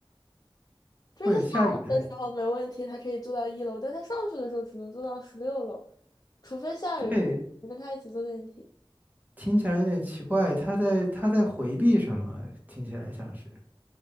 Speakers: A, on the left; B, on the right.
A: 就是他下来的时候没问题，
B: 或者下雨，他
A: 他可以坐到一楼，但他上去的时候只能坐到十六楼，除非下雨或者有人跟他一起坐电梯。
B: 对，听起来有点奇怪，他在他在回避什么？听起来像是